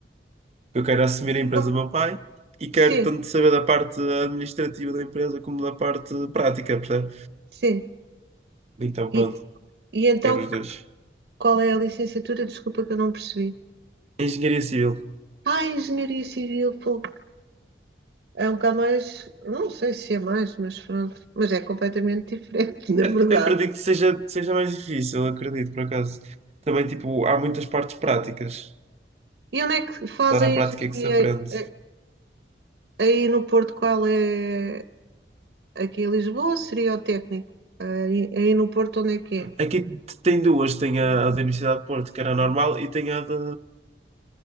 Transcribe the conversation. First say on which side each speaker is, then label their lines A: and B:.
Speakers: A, on the right (about 35°); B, on the right (about 75°).
A: Eu quero assumir a empresa
B: Não,
A: do meu pai e quero
B: sim,
A: tanto saber da parte administrativa da empresa como da parte prática, percebe?
B: sim.
A: Então
B: E,
A: pronto,
B: e então,
A: quero os dois.
B: qual é a licenciatura? Desculpa que eu não percebi.
A: Engenharia civil.
B: Ah, Engenharia Civil, pô, é um bocado mais, não sei se é mais, mas pronto, mas é completamente diferente, <laughs> na
A: ac-
B: verdade.
A: acredito que seja, seja mais difícil, acredito, por acaso. Também, tipo, há muitas partes práticas.
B: E onde é que faz
A: Está
B: a
A: na
B: engenharia
A: prática que se aprende.
B: É- aí no Porto? Qual é? Aqui em Lisboa seria o técnico. Aí, aí no Porto, onde é que é?
A: Aqui t- tem duas, tem a, a da Universidade de Porto, que era normal, e tem a de